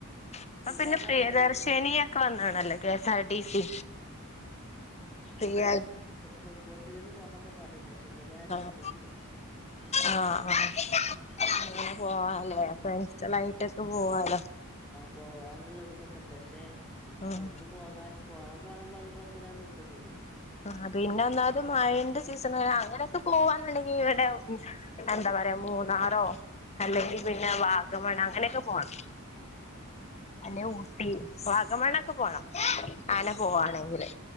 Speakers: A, on the left; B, in the centre.
A: ഇപ്പ
B: ഇതാവുമ്പോ
A: പിന്നെ പ്രിയദർശിനിയൊക്കെ
B: അങ്ങനെയല്ലല്ലോ
A: വന്ന്‌ക്കണല്ലോ K S R T C ഫ്രിയായിട്ട്
B: കുടുംബസ്രീന്ന് പോണന്നൊക്കെ പറിണ്ട് പക്ഷെ ഇതരെ ആരും
A: ആഹ്
B: ഒരുങ്ങിട്ടില്ല
A: ആഹ് ആഹ് അങ്ങനെ പോവാലേ
B: പോ
A: ഫ്രണ്ട്സ
B: ആ
A: ളായിട്ടൊക്കെ പോവാലോ
B: പോവാനുള്ള ഇതൊക്കെണ്ട് പക്ഷെ
A: ഉം
B: അയ്ക്ക്പോ പോകാൻ പോണം പോണം പറിമ്പോത്തനി അത് നിക്കും ചെയ്യും ഉം
A: ആഹ് പിന്നെ ഒന്നാമത് മഴന്റെ സീസൺ അങ്ങനെ പോവാന്നുണ്ടെങ്കിൽ ഇവിടെ എന്താ
B: ഉം
A: പറയാ മൂന്നാറോ അല്ലെങ്കി പിന്നെ വാഗമണ് അങ്ങനൊക്കെ പോണം
B: ഉം
A: അല്ലെ ഊട്ടി വാഗമണ്ണൊക്കെ പോണം അനെ പോവാണെങ്കില്
B: ഉം